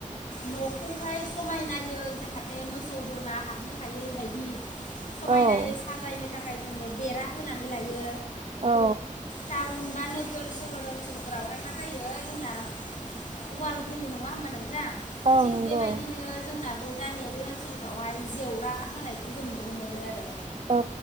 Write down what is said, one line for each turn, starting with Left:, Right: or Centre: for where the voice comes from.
Left: न'खौहाय समायनायै जाहाथे मोसौ बोरमा हाबनो हायै बायदि समायनायै
Right: औ
Left: साजायनो थाख खाय जोङो बेरा होनानै लायो।
Right: औ
Left: दाउनबा नोग गोर सोहोर ओनसोल। फोरावहाय मा जायो जोंना उवाल होयो नङा होमबा नों थां
Right: औ
Left: थिग
Right: नंगौ
Left: बेबायदिनो जोंना बो गामियारि ओनसोलफ्रावहाय जेवरा होनायखौ जों नुनो मोनो आरो।
Right: औ